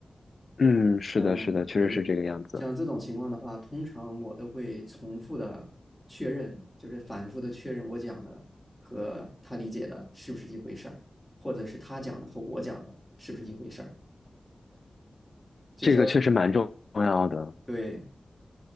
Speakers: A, on the left; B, in the centre.
A: 嗯，是的，
B: 嗯，
A: 是的，确实是这个样子，
B: 对，像这种情况的话，通常我都会重复的确认，就是反复的确认我讲的和他理解的是不是一回事儿，或者是他讲的和我讲的是不是一回事儿。
A: 这个确实蛮重要的。
B: 就是说，对，